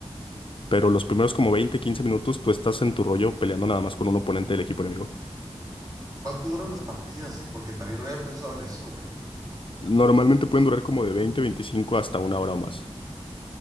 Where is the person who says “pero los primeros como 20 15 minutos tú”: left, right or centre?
Left